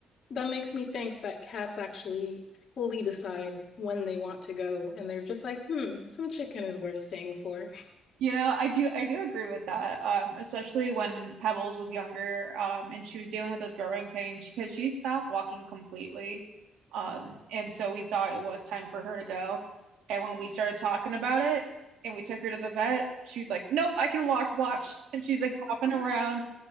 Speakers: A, on the left (about 55°); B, on the right (about 85°).
A: That makes me think that cats actually fully decide when they want to go, and they're just like, hmm, some chicken is worth staying for.
B: You know, I do I do agree with that. Um, especially when Pebbles was younger, um, and she was dealing with those growing pains because she stopped walking completely. Um, and so we thought it was time for her to go. And when we started talking about it and we took her to the vet, she was like, Nope, I can walk, watch. And she's like hopping around